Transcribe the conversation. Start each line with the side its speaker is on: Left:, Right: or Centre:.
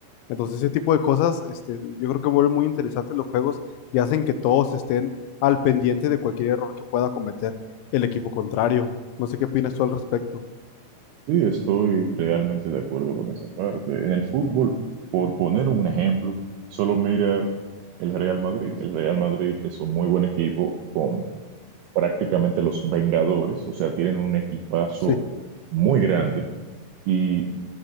Left: Entonces, ese tipo de cosas, este, yo creo que vuelven muy interesantes los juegos y hacen que todos estén al pendiente de cualquier error que pueda cometer el equipo contrario. No sé qué opinas tú al respecto.
Right: Sí, estoy realmente de acuerdo con esa parte. En el fútbol, por poner un ejemplo, solo mira el Real Madrid. El Real Madrid es un muy buen equipo con prácticamente los Vengadores, o sea, tienen un equipazo
Left: Sí.
Right: muy grande y